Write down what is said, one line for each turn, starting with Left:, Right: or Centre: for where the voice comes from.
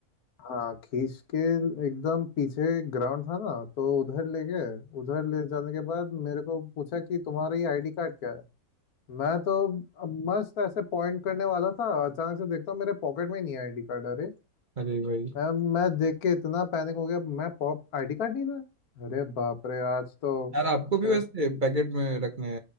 Left: हाँ खींच के एकदम पीछे ग्राउंड था ना तो उधर ले गए उधर ले जाने के बाद मेरे को पूछा कि तुम्हारा ये आईडी कार्ड क्या है मैं तो अब मस्त ऐसे पॉइंट करने वाला था अचानक से देखता हूँ मेरे पॉकेट में नहीं है आईडी कार्ड अरे
Right: अरे भाई
Left: मैं मैं देख के इतना पैनिक हो गया मैं पॉप आईडी कार्ड नहीं था अरे बाप रे आज तो
Right: यार आपको भी
Left: फिर
Right: वैसे पैकेट में रखने